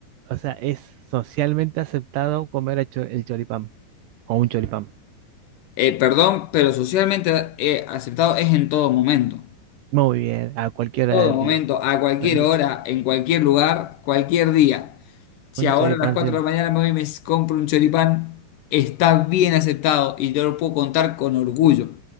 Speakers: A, on the right; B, on the left.
A: o sea, es socialmente aceptado comer el cho- el choripán o un choripán?
B: Eh, perdón, pero socialmente eh, aceptado es en todo momento.
A: Muy bien, a cualquier
B: Todo
A: hora del
B: momento,
A: día.
B: a cualquier
A: Donde-
B: hora, en cualquier lugar, cualquier día. Si
A: Un
B: ahora
A: choripán,
B: a las 4
A: sí,
B: de la mañana me voy y me compro un choripán, está bien aceptado y yo lo puedo contar con orgullo.